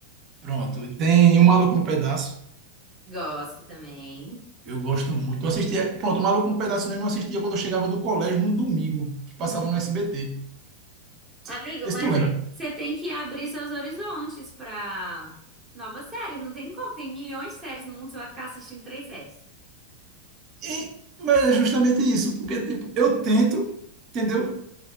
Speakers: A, on the right; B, on the right.
A: Pronto, e tem O Maluco no Pedaço.
B: Gosto também.
A: Eu gosto muito. Eu assistia, pronto, O Maluco no Pedaço mesmo eu assistia quando eu chegava do colégio no domingo, que passava
B: Hum.
A: no SBT.
B: Amigo,
A: Não
B: mas
A: sei se tu lembra.
B: você você tem que abrir seus horizontes pra novas séries. Não tem como, tem milhões de séries no mundo, você vai ficar assistindo três séries.
A: E- mas é justamente isso, porque tipo, eu tento, entendeu?